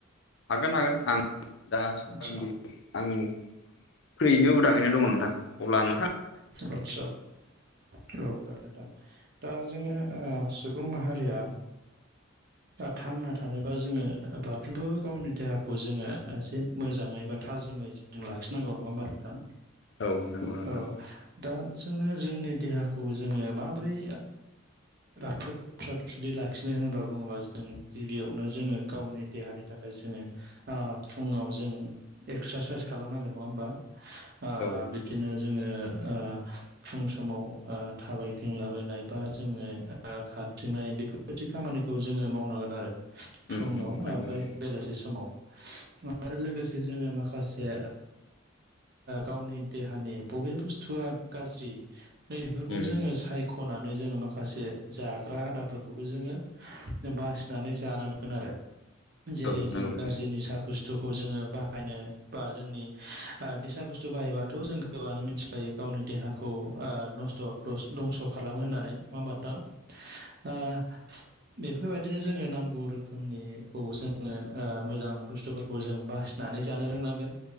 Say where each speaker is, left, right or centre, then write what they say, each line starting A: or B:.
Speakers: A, on the left (about 60°); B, on the right (about 50°).
A: हागोन हागोन आं दागां
B: आदसा
A: आंनि फैयैनो उदाङैनो दङ। नोंथां अब्ला नोंथां
B: आदसा औ जागोन दे नोंथां। दा जोङो सुबुं माहारिया थांना थानोबा जोङो साफ्रामबो गावनि देहाखौ जोङो एसे मोजाङै बा थाजिमै आ लाखि नांगौ नङाोमबा नोंथां।
A: औ नंगौ नोंथां।
B: औ दा जोङो जोंनि देहाखौ जोङो माबोरै राफोद फ्रात फ्रुददि लाखिनो होनोबा बुङोबा जों गिबियावनो जोङो गावनि देहानि थाखाय जोङो फुङाव जों एक्सारसाइस खालामनांगोन नङा होमबा ओ
A: औ
B: बिदिनो जोङो ओ फुं समाव ओ थाबाय थिंलाबायनाय बा जोङो खारथिंनाय बेफोरबायदि खामानिखौ जोङो मावनांगोन आरो फुङाव
A: उम उम नंगौ
B: ओमफ्राय
A: नोंथां
B: बेलासि समाव आरो लोगोसे जोङो माखासे गावनि देहानि बबे बुस्थु थुआ गाज्रि नैे
A: उम
B: जोङो साय खनानै जोङो माखासे जाग्रा आदारफोरखौबो जोङो बासिनानै जानांगोन आरो। जेरै
A: औ
B: जों
A: नंगौ
B: गाज्रिनि साहा बुस्थु बुस्थखौ जोङो बाहायनो बा जोंनि ओ निसा बुस्थु बाहायबाथ' जों गोबाङानो मिथि खायो गावनि देहाखौ ओ नस्थ' <unintelligible> दंस' खालामो होननानै नङा होमबा नोथां ओ बेफोरबायदिनो जोङो नांगौ रोखोमनिखौ जोङो ओ मोजां बुस्थुफोरखौ जों बासि होननानै जानो रोंनांगोन